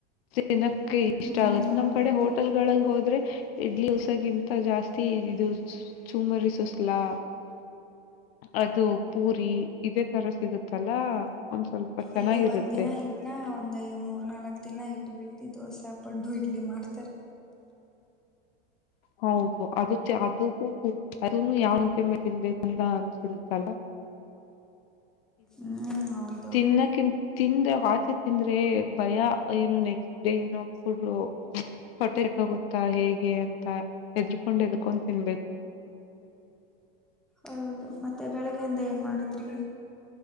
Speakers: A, on the left (about 70°); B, in the centre.
A: ದಿನಕ್ಕೆ
B: ಹ್ಮ್
A: ಇಷ್ಟ ಆಗುತ್ತೆ
B: ಹೌದೌದು
A: ನಮ್ ಕಡೆ ಹೋಟೆಲ್ ಗಳಲ್ ಹೋದ್ರೆ ಇಡ್ಲಿ ಹೊಸಕ್ಕಿಂತ ಜಾಸ್ತಿ ಇದು ಚುಮರಿ ಸುಸಲಾ ಅದು ಪೂರಿ ಇದೇ ತರ ಸಿಗುತ್ತಲ್ಲ ಒಂದ್ ಸ್ವಲ್ಪ ಚೆನ್ನಾಗಿರುತ್ತೆ
B: ಇಲ್ಲಿ ಒಂದ್ ದಿನ ಹಿಟ್ ನ ಒಂದ್ ಮೂರ್ ನಾಲ್ಕ್ ದಿನ ಬಿಟ್ಟು ದೋಸ ಪಡ್ಡು ಇಡ್ಲಿ ಮಾಡ್ತಾರೆ
A: ಹೌದು ಅದು ಅದಕ್ಕೂ ಅದ ಯಾವನ್ ಕೆಮ್ಮೆ ತಿನ್ಬೇಕು ಅಂತ ಅನ್ಸ್ಬಿಡುತೇ ಅಲ್ಲ
B: ಹ್ಮ್ ಹೌದೌದು
A: ತಿನ್ನಕಿಂತ ತಿಂದ್ರೆ ವಾಚೆ ತಿಂದ್ರೆ ಭಯ ಏನು ನೆಕ್ಸ್ಟ್ ಏನೋ ಫುಡ್ ಹೊಟ್ಟೆಗೆ ಹೋಗುತ್ತಾ ಹೇಗೆ ಹೆದರಿಕೊಂಡು ಹೆದರಿಕೊಂಡು ತಿನ್ಬೇಕು
B: ಹೌದು ಮತ್ತೆ ಬೆಳಿಗ್ಗೆಯಿಂದ ಏನ್ ಮಾಡುದ್ರಿ